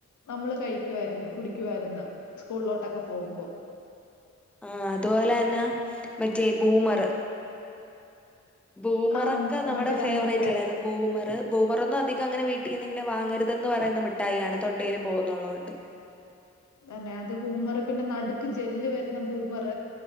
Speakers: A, on the left; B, in the centre.
A: നമ്മള് കഴിക്കുവരുന്നു കുടിക്കുവായിരുന്നു സ്കൂളിലോട്ടൊക്കെ പോകുമ്പോ
B: ആഹ് അതുപോലെ തന്നെ മറ്റേ ബൂമർ ഭൂമറൊക്കെ
A: ആ
B: നമ്മുടെ
A: മറ്റേ
B: ഫേവറേറ്റ്
A: രണ്ട് രൂപ
B: ആല്ലായിരുന്നു ബൂമർ ബൂമറൊന്നും അധികം അങ്ങനെ വീട്ടിൽ നിന്ന് ഇങ്ങനെ വാങ്ങരുതെന്ന് പറയുന്ന മിഠായിയാണ് തൊണ്ടയിയില് പോകുന്നുള്ളത് കൊണ്ട്
A: തന്നെ അത് ബൂമർ പിന്നെ നടുക്ക് ജെല്ല് വരുന്ന ബൂമർ